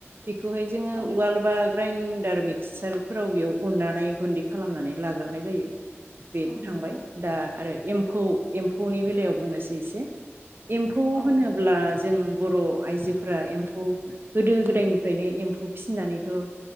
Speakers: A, on the right (about 50°); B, on the left (about 30°).
A: बेखौहाय जोङो
B: औ
A: उवाल बा ग्राइन्डार मिक्सारफोराव बेयाव उननानै गुन्दै खालामनानै लाग्रोनाय जायो। बेथ'
B: औ नंगौ
A: थांबाय दा आरो एम्फौ एम्फौनि बेलायाव बुंनोसै से एम्फौ
B: औ
A: होनोब्ला जों बर' आइजोफोरा एम्फौ गोदो-गोदायनिफ्रायनो एम्फौ फिसिनानैथ'